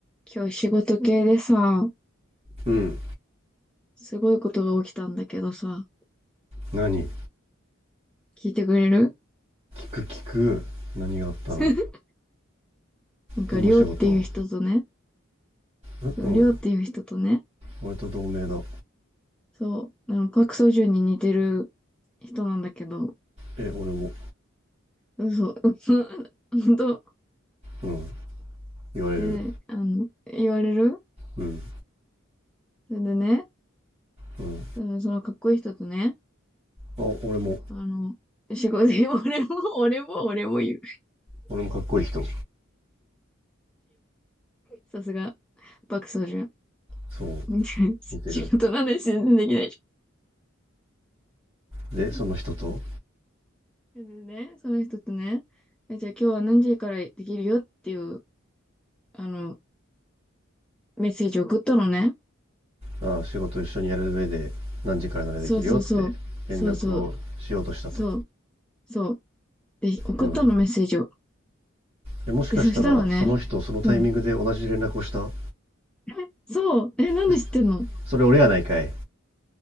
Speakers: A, in the centre; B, on the right (about 30°).
A: 今日仕事系でさ、
B: うん
A: すごいことが起きたんだけどさ、
B: 何聞
A: 聞いてくれる
B: く聞く何があったの
A: <laughs> なんか、
B: どの仕事
A: りょうっていう人とね、
B: えうん
A: そう、りょうっていう人とね、
B: 俺と同盟だ
A: そう、あの、パクソジュンに似てる人なんだけど、
B: え俺も
A: 嘘、<laughs> 嘘、本当
B: うん言われる
A: で、あの、言われる
B: うん
A: それでね、
B: うんあ
A: うんそのかっこいい人とね、
B: 俺も
A: あの、仕事、<laughs> 俺も、俺も、俺も言う。
B: 俺もかっこいい人
A: さすが、パクソジュン。
B: そ
A: <laughs>
B: う似てる
A: 仕事の話全然できないじ
B: でその人と
A: ゃん。でね、その人とね、えじゃあ今日は何時からできるよっていう、あの、メッセージを送ったのね。
B: あ仕事一緒にやる上で何時からならできるよって連絡をしようとしたと
A: そうそうそう。そうそう。そう。そう。で、送ったのメッセージを。
B: うんえもしかしたらその人そのタイミングで同じ連絡をした
A: で、そしたらね、うん。え、そう。え、なんで知ってんの
B: えそれ俺やないかい